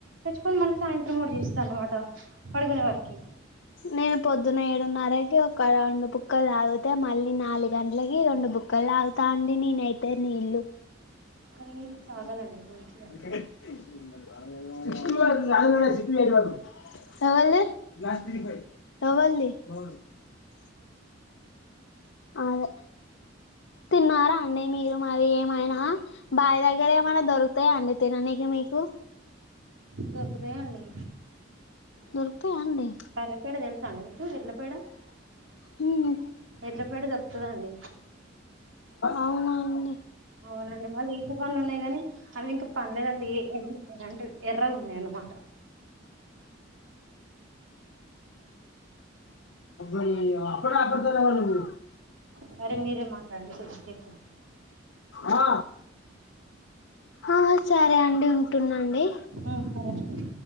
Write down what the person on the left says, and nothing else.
నేను పొద్దున్న ఏడున్నరకి ఒక రెండు బుక్కల్ తాగుతే మళ్ నే నాలుగు గంటలకి రెండు బుక్కలు తగుతా అండి నేనైతే నీళ్లు
ఏంటి
ఎవల్ది ఎవల్ది? ఆదే తీన్ న్నారా అండి మీరు మరి ఏమైనా బాయ్ దగ్గర ఏమన్న దొరుకుతాయా అండి తిననికి మీకు
దొరుకుతాయా అండి
మ్
అవునండి.
అయ్యో అక్కడే <unintelligible>
ఆ ఆ సరే అండి ఉంటున్నండి.